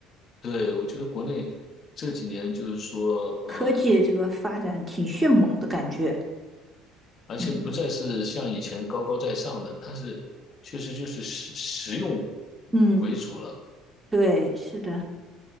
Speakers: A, on the left; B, on the right.
A: 对，我觉得国内这几年就是说，呃，
B: 科技这个发展挺迅猛的感觉。
A: 而且不再是像以前高高在上的，
B: 嗯
A: 它是确实就是实实用
B: 嗯，
A: 为主了。
B: 对，是的，